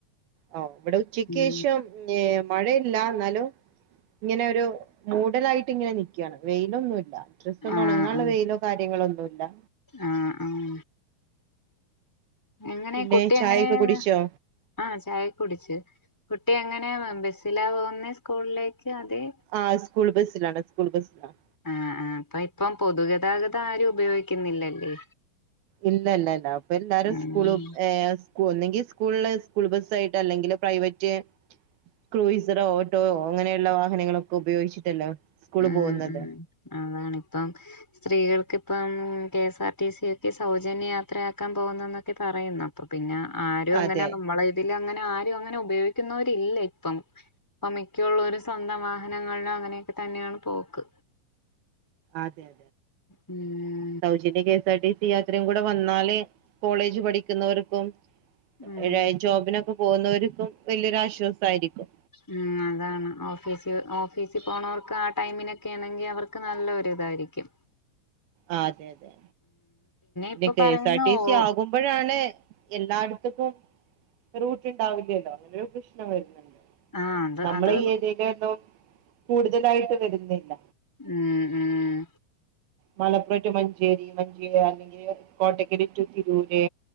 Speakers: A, on the right; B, in the centre.
A: ഓ, ഇവിടെ ഉച്ചയ്ക്കെഷം
B: ഉം
A: ഞെ മഴയില്ലാ, ന്നാലും ഇങ്ങെനെരു മൂടലായിട്ട് ഇങ്ങനെ നിക് ക്കണ് വെയിലൊന്നുല്ലാ. ഡ്രസെന്നും
B: ആഹ്
A: ഒണങ്ങാള്ള
B: ആഹ്
A: വെയിലോ കാര്യങ്ങളോ ഒന്നുല്ലാ.
B: ആഹ് ആഹ് എങ്ങനെ,
A: പിന്നെ
B: കുട്ടി
A: ചായൊക്കെ
B: എങ്ങനെണ്.
A: കുടിച്ചോ?
B: ആഹ് ചായ കുടിച്ച്. കുട്ടി എങ്ങനെ, ബെസ്സിലാ പോകുന്നെ സ്കൂളിലേക്ക് അതെ
A: ആഹ് സ്കൂൾ ബസ്സിലാണ് സ്കൂൾ ബസ്സിലാണ്.
B: ആഹ്, ആഹ് ഇപ്പം. പൊതുഗതാഗതം ആരും ഉപയോഗിക്കുന്നില്ല ല്ലേ.
A: ഇല്ല, ല്ല ല്ലാ പ്പൊ എല്ലാരും സ്കൂളു
B: ഉം
A: ഏ... സ്കൂ ഒന്നെങ്കി സ്കൂൾല് സ്കൂൾ ബസ്സായിട്ട് അല്ലെങ്കിൽ ഫ്രൈവറ്റ് ക്രൂയിസറോ, ഓട്ടോ അങ്ങനെയുള്ള വാഹനങ്ങളൊക്കെ ഉപയോഗിച്ചിട്ടല്ലെ സ്കൂൾല്
B: ഉം
A: പോകുന്നത്.
B: അതാണിപ്പം സ്ത്രീകൾക്ക് ഇപ്പം K. S. R. T. C. ഒക്കെ സൗജന്യ യാത്രയാക്കാൻ പോകുന്നു എന്നൊക്കെ പറയുന്നു. പ്പ പിന്നെ ആരും അങ്ങനെ
A: അതെ
B: നമ്മളെ തില് അങ്ങനെ ആരും അങ്ങനെ ഉപയോഗിക്കുന്നേരില്ലപ്പം. പ്പ മിക്കള്ളോരും സ്വന്തം വാഹനങ്ങളിലും അങ്ങനെയൊക്കെ തന്നെയാണ് പോക്ക്.
A: അതെ
B: ഉം
A: സൗജന്യ K. S. R. T. C. യാത്രയും കൂടെ വന്നാല് കോളേജ് പഠിക്കുന്നവർക്കും
B: ഉം
A: ഏഴാ ജോബിനൊക്കെ പോകുന്നവർക്കും വലിയൊരാശ്വാസായിരിക്കും.
B: ഉം, അതാണ് ഓഫീസി, ഓഫീസീ പോണേർക്ക് ആ ടൈമിനൊക്കെണെങ്കി അവർക്ക് നല്ലൊര്തായിരിക്കും. <inaudible>
A: ആഹ്, അതെ, അതെ,
B: ഇപ്പൊ
A: നി ക്കെ.
B: പറയുന്ന
A: എസ്. ആർ. ടി.
B: ഓ
A: സി. ആകും ഇപ്പഴാണ് എല്ലാട്ത്ത്ക്കും റൂട്ട് ണ്ടാവില്ലല്ലോ അങ്ങനെരു പ്രശ്നം വരുന്നുണ്ട്.
B: ആഹ് അത്
A: നമ്മളെ
B: അത്
A: ഈ ഏരിയെലെന്നും കൂടുതലായിട്ട് വരുന്നില്ല.
B: ഉം ഉം
A: മലപ്പുറം റ്റു മഞ്ചേരി, മഞ്ചേരി, <unintelligible> കോട്ടക്കല് റ്റൂ തിരൂര്,